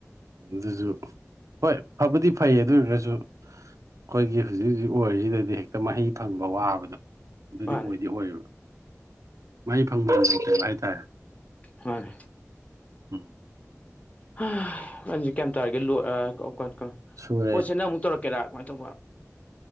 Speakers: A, on the right; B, on the left.
A: ꯑꯗꯨꯁꯨ ꯍꯣꯏ ꯐꯕꯨꯗꯤ ꯐꯩꯌꯦ ꯑꯗꯨ ꯑꯣꯏꯔꯒꯁꯨ ꯑꯩꯈꯣꯏꯒꯤ ꯍꯧꯖꯤꯛ ꯍꯧꯖꯤꯛ ꯑꯣꯏꯔꯤꯁꯤꯗꯗꯤ ꯍꯦꯛꯇ ꯃꯍꯩ ꯐꯪꯕ ꯋꯥꯕꯗꯣ꯫ ꯑꯗꯨꯗꯤ
B: ꯃꯥꯅꯦ
A: ꯑꯣꯏꯗꯤ ꯑꯣꯏꯌꯦꯕ ꯃꯍꯩ ꯐꯪꯕ ꯂꯩꯇꯕ ꯍꯥꯏꯇꯥꯔꯦ꯫
B: ꯍꯣꯏ꯫
A: ꯎꯝ
B: <unintelligible>
A: ꯁꯨꯔꯦ꯫
B: ꯄꯣꯠꯁꯦ ꯅꯪ ꯑꯃꯨꯛ ꯇꯧꯔꯛꯀꯦꯔꯥ ꯀꯃꯥꯏꯅ ꯇꯧꯕ